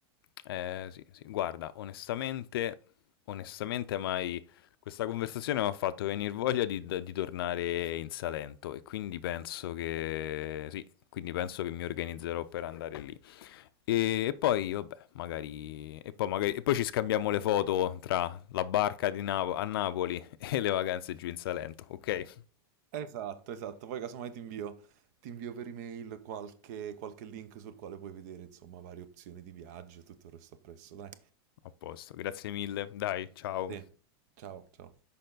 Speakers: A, on the left (about 65°); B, on the right (about 40°).
A: Eh, sì, sì, guarda, onestamente, onestamente, mai... Questa conversazione mi ha fatto venire voglia di, di tornare in Salento e quindi penso che... Sì, quindi penso che mi organizzerò per andare lì. E, e poi, vabbè, magari... E poi, magari... e poi ci scambiamo le foto tra la barca di Napo- a Napoli <laughs> e le vacanze giù in Salento, ok?
B: Esatto, esatto, poi casomai ti invio, ti invio per email qualche, qualche link sul quale puoi vedere insomma varie opzioni di viaggio e tutto il resto appresso, dai.
A: A posto, grazie mille, dai, ciao.
B: Sì, ciao, ciao.